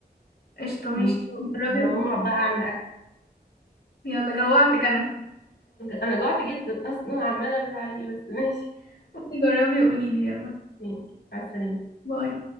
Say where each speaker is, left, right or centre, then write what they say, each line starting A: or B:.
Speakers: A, on the left; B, on the left.
A: قشطة ماشي
B: ونشوف
A: جربي
B: هقوم
A: وقوليلي
B: بقى أعمل أكل
A: يلا جوعتك انا
B: أنا جوعت جدا أصلا عمالة أبلع عليه بس ماشي
A: جربي وقوليلي يلا
B: ماشي مع السلامة
A: باي